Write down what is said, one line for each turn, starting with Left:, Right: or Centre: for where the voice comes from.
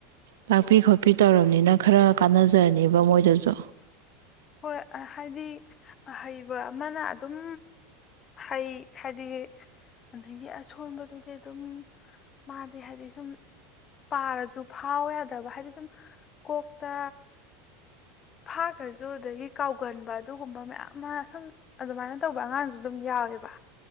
Right: ꯇꯥꯛꯄꯤ ꯈꯣꯠꯄꯤ ꯇꯧꯔꯕꯅꯤꯅ ꯈꯔ ꯀꯥꯟꯅꯖꯔꯅꯤꯕ ꯃꯣꯏꯗꯁꯨ
Left: ꯍꯣꯏ ꯍꯥꯏꯗꯤ ꯍꯩꯕ ꯑꯃꯅ ꯑꯗꯨꯝ ꯍꯩ ꯍꯥꯏꯗꯤ ꯑꯗꯒꯤ ꯑꯁꯣꯟꯕꯗꯨꯗꯤ ꯑꯗꯨꯝ ꯃꯥꯗꯤ ꯍꯥꯏꯗꯤ ꯁꯨꯝ ꯄꯥꯔꯖꯨ ꯐꯥꯎ ꯌꯥꯗꯕ ꯍꯥꯏꯗꯤ ꯁꯨꯝ ꯀꯣꯛꯇ ꯐꯥꯈ꯭ꯔꯁꯨ ꯑꯗꯨ ꯑꯗꯒꯤ ꯀꯥꯎꯒꯟꯕ ꯑꯗꯨꯒꯨꯝꯕ ꯃꯌꯥꯝ ꯑꯃ ꯁꯨꯝ ꯑꯗꯨꯃꯥꯏꯅ ꯇꯧꯕ ꯑꯉꯥꯡꯁꯨ ꯑꯗꯨꯝ ꯌꯥꯎꯋꯦꯕ